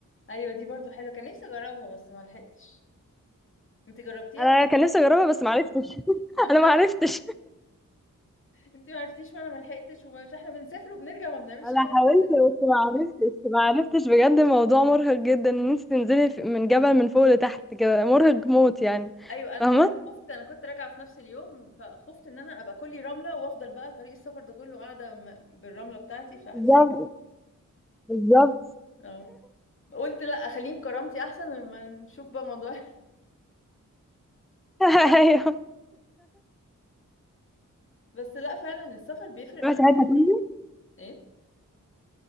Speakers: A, on the left; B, in the centre.
A: ايوه دي برضو حلوه كان نفسي اجربها بس ما لحقتش انت جربتيها
B: أنا كان نفسي أجربها بس معرفتش <laughs>
A: <laughs>
B: أنا معرفتش
A: انت ما عرفتيش وانا ما لحقتش ومش احنا بنسافر وبنرجع ما بنعملش
B: أنا
A: حاجه احنا
B: حاولت
A: لازم
B: بس معرفتش معرفتش بجد الموضوع مرهق جدا إن أنت تنزلي في- من جبل من فوق لتحت كده مرهق موت يعني
A: ايوه انا
B: فاهمة؟
A: كمان خفت انا كنت راجعه في نفس اليوم فخفت ان انا ابقى كلي رمله وافضل بقى طريق السفر ده كله قاعده م- بالرمله بتاعتي فحسيت
B: بالظبط بالظبط
A: اه قلت لا اخليهم كرامتي احسن لما نشوف بقى موضوع
B: <laughs> أيوه
A: <laughs> بس لا فعلا السفر بيفرق مع
B: رحتي
A: الإنسان.
B: حتة تانية؟
A: ايه